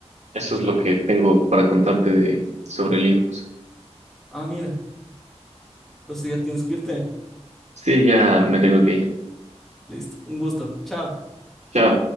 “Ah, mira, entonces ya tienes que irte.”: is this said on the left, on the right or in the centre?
Centre